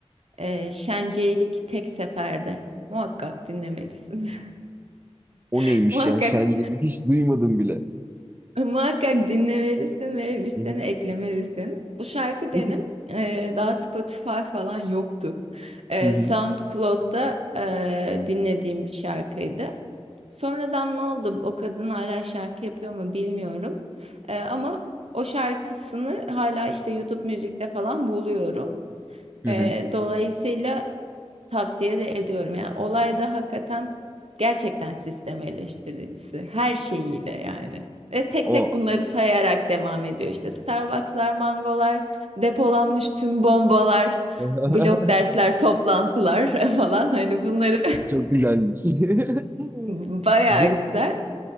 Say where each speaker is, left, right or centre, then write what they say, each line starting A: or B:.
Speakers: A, on the right; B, on the right.
A: E, Şenceylik Tek Seferde. Muhakkak dinlemelisin.
B: O
A: <laughs>
B: neymiş
A: Muhakkak
B: ya? Şencelik hiç duymadım bile.
A: Muhakkak dinlemelisin ve listene
B: Hı hı.
A: eklemelisin. Bu şarkı
B: <laughs>
A: benim eee, daha Spotify falan yoktu. Eee
B: Hı hı.
A: SoundCloud'da eee, dinlediğim bir şarkıydı. Sonradan ne oldu? O kadın hala şarkı yapıyor mu bilmiyorum. Eee, ama o şarkısını hala işte YouTube müzikte falan buluyorum.
B: Hı
A: Eee,
B: hı.
A: dolayısıyla tavsiye de ediyorum. Yani olayda hakikaten gerçekten sistem eleştirisi her şeyiyle yani. Ve tek
B: O.
A: tek bunları sayarak devam ediyor. İşte Starbucks'lar, mangolar, depolanmış tüm bombalar,
B: <laughs>
A: blok dersler, toplantılar <laughs> falan. Hani bunları
B: Çok güzelmiş. <laughs>
A: <laughs> bayağı
B: Bu
A: güzel.